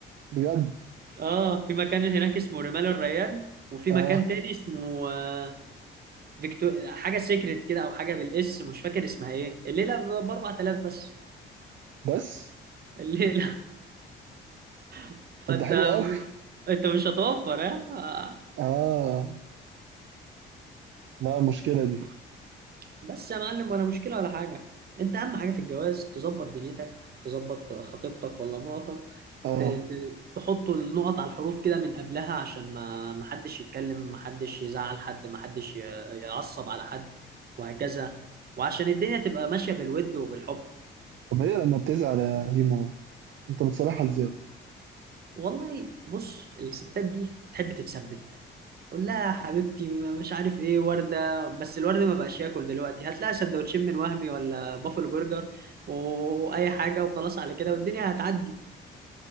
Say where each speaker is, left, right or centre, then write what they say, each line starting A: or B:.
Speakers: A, on the right; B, on the right.
A: بجد
B: اه في مكان هناك اسمه رمال الريان وفي
A: آه
B: مكان تاني اسمه آه، فيكتور حاجه سيكريت كده او حاجه بالاس مش فاكر اسمها ايه الليله ب 4000 بس
A: بس
B: الليله <laughs>
A: طب
B: فانت
A: ده حلو أوي
B: انت مش هتوفر اه
A: آه لا المشكلة دي
B: بس يا معلم ولا مشكلة ولا حاجة انت اهم حاجة في الجواز تظبط دنيتك تظبط خطيبتك ولا مراتك
A: آه
B: ت- ت- تحط النقط على الحروف كده من قبلها عشان ما محدش يتكلم محدش يزعل حد محدش ي- يعصب على حد وهكذا وعشان الدنيا تبقى ماشية بالود وبالحب
A: طب هي لما بتزعل يا هيما أنت بتصالحها
B: اه.
A: إزاي؟
B: والله بص الستات دي بتحب تتثبت قول لها يا حبيبتي ما- مش عارف ايه ورده بس الورده ما بقاش ياكل دلوقتي هات لها سندوتشين من وهمي ولا بافل برجر واي حاجه وخلاص على كده والدنيا هتعدي